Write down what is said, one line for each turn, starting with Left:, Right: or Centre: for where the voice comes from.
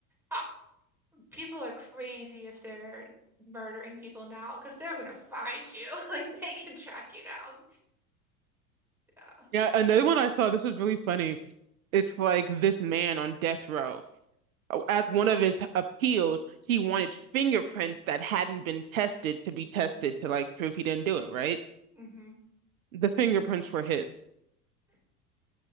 Centre: I, people are crazy if they're murdering people now because they're gonna find you. <laughs> Like they can track you down. Yeah.
Right: Yeah, another one I saw, this was really funny. It's like this man on death row. Oh, At one of his appeals, he wanted fingerprints that hadn't been tested to be tested to like prove he didn't do it, right?
Centre: hmm
Right: The fingerprints were his.